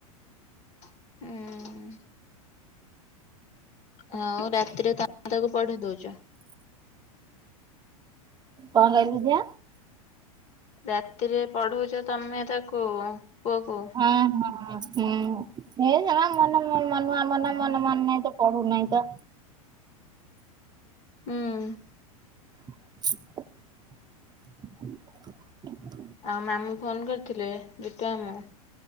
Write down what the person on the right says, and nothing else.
କଣ କହିଲୁ ଝିଅ?
ହୁଁ ହୁଁ ହୁଁ। ହୁଁ। ହେ ମନ ମନ ମନୁଆ ମନ ମନ ନାହିଁ ତ ପଢୁ ନହିଁ ତ
<unintelligible>